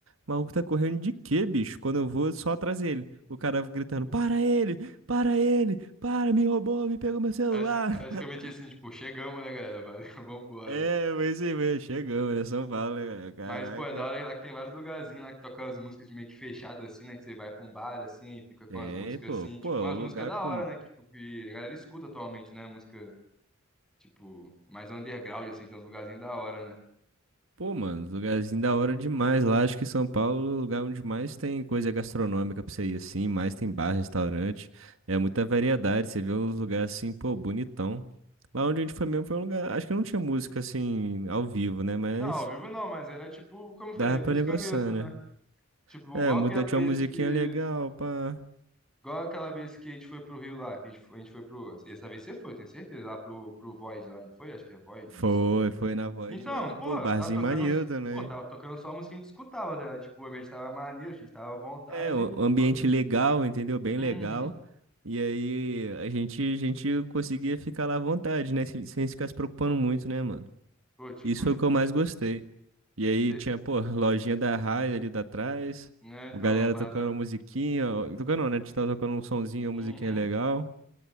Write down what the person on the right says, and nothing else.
o maluco tá correndo de quê, bicho? Quando eu vou, só atrás dele. O cara gritando, para ele, para ele, para, me roubou, me pegou meu celular.
<laughs>
É, mas aí, chegamos, né? São Paulo, né, cara? Caraca.
É,
pô,
pô, o
lugar
com
Pô, mano, lugarzinho da hora demais lá. Acho que São Paulo é o lugar onde mais tem coisa gastronômica pra você ir assim, mais tem bar, restaurante. É muita variedade. Você vê uns lugares assim, pô, bonitão. Lá onde a gente foi mesmo foi um lugar. Acho que não tinha música assim, ao vivo, né? Mas
dava
pra negociar,
né?
É,
muda,
tinha
uma musiquinha
legal, pá.
Foi,
foi na Void
lá.
Pô, barzinho
maneiro também.
É, um
um ambiente
legal, entendeu? Bem
legal. E aí a gente, a gente conseguia ficar lá à vontade, né? Sem, sem ficar se preocupando muito, né, mano?
Isso foi
o que eu mais gostei. E aí
tinha, pô, <laughs> lojinha da Raia ali da trás,
o galera
tocando musiquinha, ó, tocando não, né? A gente tava tocando um sonzinho, uma
musiquinha legal.